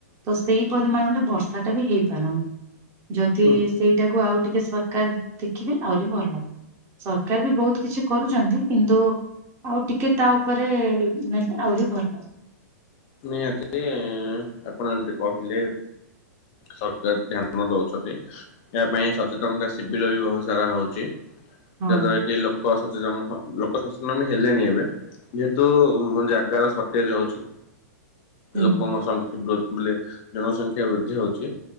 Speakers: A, on the right; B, on the left.
A: ତ ସେଇ ପରିମାଣରେେ ବର୍ଷା ଟା ବି ହେଇପାରୁନି ଯଦି
B: ହୁଁ
A: ସେଇଟାକୁ ଆଉ ଟିକେ ସରକାର ଦେଖିବେ ଆହୁରି ଭଲ ସରକାର ବି ବହୁତ କିଛି କରୁଛନ୍ତି କିନ୍ତୁ ଆଉ ଟିକେ ତା ଉପରେ ନେଲେ ଆହୁରି ଭଲ।
B: ନିହାତି ଆପଣ ଯେମିତି କହିଲେ ସରକାର ଧ୍ୟାନ ଦଉଛନ୍ତି। ଏହା ପାଇଁ ସଚେତନତା ଶିବିର ବି ବହୁତ ସାରା ହଉଛି। ଯାହାଦ୍ୱାରା
A: ହଁ
B: କି ଲୋକ ସ୍ ଚେନ ଲୋକ ସଚେତନ ବି ହେଲେଣି ଏବେ ଯେହେତୁ ଜାଗାର ସଟେଜ ହଉଛି
A: ହୁଁ
B: ଲୋକଙ୍କ ସଂଖ୍ୟା ବେଲେ ଜନସଂଖ୍ୟା ବୃଦ୍ଧି ହଉଛି